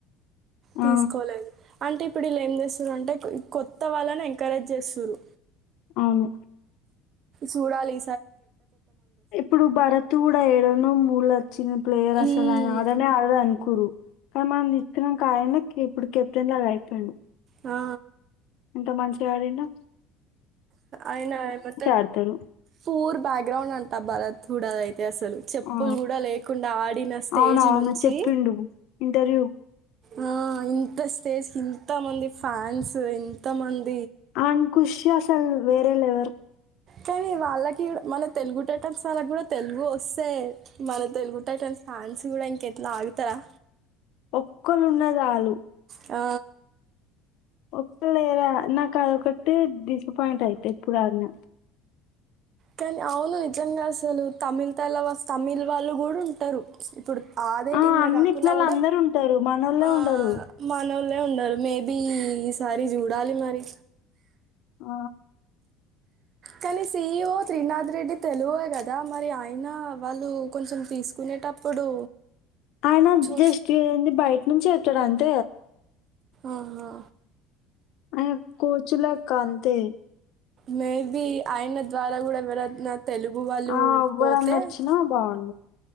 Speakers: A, on the left; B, on the right.
A: ఆ!
B: తీసుకోలేదు అంటే ఇప్పుడు వీళ్ళు ఏం చేస్తురు అంటే కొత్త వాళ్ళని ఎంకరేజ్ చేస్తురు
A: అవును
B: సూడాలి
A: ఇప్పుడు భరత్ కూడా ఏడు కొనమూలత చిన్న ప్లేయర్
B: మ్మ్.
A: అసలు ఆయన ఆడనే ఆడద <unintelligible> చినం కాయన ఇప్పుడు కెప్టెన్ లాగా అయిపోయుండు
B: ఆ
A: ఇంత మంచిగాడిండు
B: అయినా మ
A: ఆడతారు.
B: ఫూర్ బా గ్రౌండ్ అంతా భరత్ తూడదయితే అసలు చెప్పులు
A: ఆ!
B: కూడా లేకుండా ఆడిన స్టేజ్
A: అవునవును.
B: నుంచి
A: చెప్పిండు ఇంటర్వ్యూ.
B: ఆ ఇంత స్టేజ్ ఇంత మంది ఫ్యాన్స్ ఇంత మంది
A: అంకుష్య వేరే లేెవర్
B: కానీ వాళ్ళకి కూడా మన తెలుగు టైటన్స్ వాళ్ళకి కూడా తెలుగు వస్తే మన తెలుగు టైటన్స్ ఫ్యాన్స్ కూడా ఇంక ఎట్ల ఆగుతారా
A: ఒక్కలున్న చాలు
B: ఆ
A: ఒక్క లేరా నాకు అదొకటి డిసప్పయింట్ అయితే ఇప్పుడు ఆగన
B: కానీ అవును నిజంగా అసలు తమిళ తలవాష్ తమిళ్ వాళ్ళు కూడా ఉంటారు. ఇప్పుడు అదే
A: ఆ
B: టీంలా
A: అన్నిట్లలో
B: కాకుండా కూడా
A: అందరు ఉంటారు మనోళ్ళే
B: ఆ
A: ఉండరు.
B: మనో ఉండరు మేబీ ఈసారి చూడాలి మరి
A: ఆ
B: కానీ సిఈఓ త్రీనాథ్ రెడ్డి తెలుగే కదా మరి, ఆయన వాళ్ళు కొంచెం తీసుకునేటప్పుడు
A: ఆయన
B: చూసి
A: జస్ట్ ఏంది బయట నుంచి డ అంత
B: ఆహా
A: అ కోచులా కా అంతే
B: మేబి ఆయన ద్వారా కూడా ఎవరన్నా తెలుగు వాళ్ళు
A: ఆ ఎవ్వరన్నా
B: పోతే
A: వచ్చినా బాగుండు.